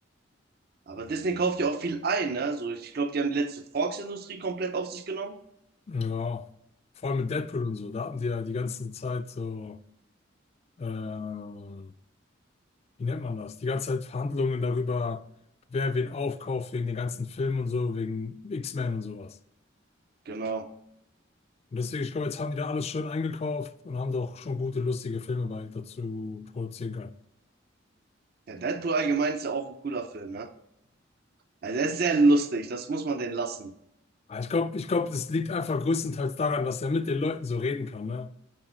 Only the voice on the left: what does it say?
Ja, vor allem mit Deadpool und so, da hatten die ja die ganze Zeit so, äh, wie nennt man das? Die ganze Zeit Verhandlungen darüber, wer wen aufkauft wegen den ganzen Filmen und so, wegen X-Men und sowas.
Und deswegen, ich glaube, jetzt haben die da alles schön eingekauft und haben da auch schon gute, lustige Filme bei dazu produzieren können.
Aber ich glaube, ich glaube, das liegt einfach größtenteils daran, dass er mit den Leuten so reden kann, ne?